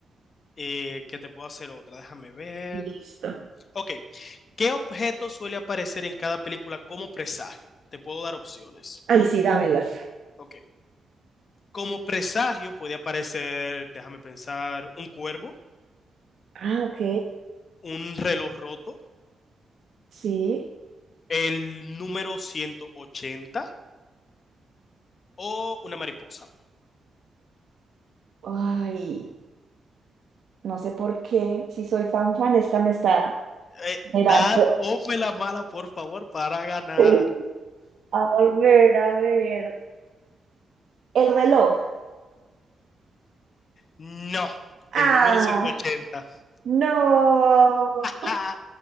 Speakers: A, on the left (about 45°); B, on the right (about 60°).
A: Eh, ¿Qué te puedo hacer otra? Déjame ver.
B: Listo.
A: Ok. ¿Qué objeto suele aparecer en cada película como presagio? Te puedo dar opciones.
B: Ay, sí, dámelas.
A: Ok. Como presagio puede aparecer, déjame pensar, un cuervo,
B: Ah, ok.
A: un reloj roto,
B: Sí.
A: el número 180 o una mariposa.
B: Ay, no sé por qué. Si soy fan fan, esta me está
A: Eh,
B: mirando.
A: da, ponme la mala, por favor, para ganar.
B: <laughs> A ver, a ver. El reloj.
A: No,
B: Ah,
A: el número ciento ochenta. <laughs>
B: no.
A: Ja.